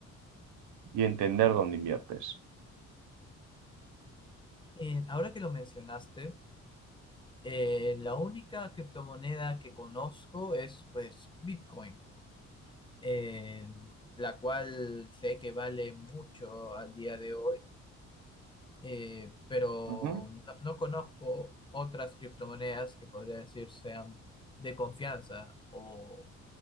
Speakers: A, on the right (about 80°); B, on the left (about 15°).
A: y entender dónde inviertes.
B: Eh, ahora que lo mencionaste, eh, la única criptomoneda que conozco es pues Bitcoin, eh, la cual sé que vale mucho al día de hoy eh, pero
A: Ujú.
B: no, no conozco otras criptomonedas que podría decir sean de confianza o,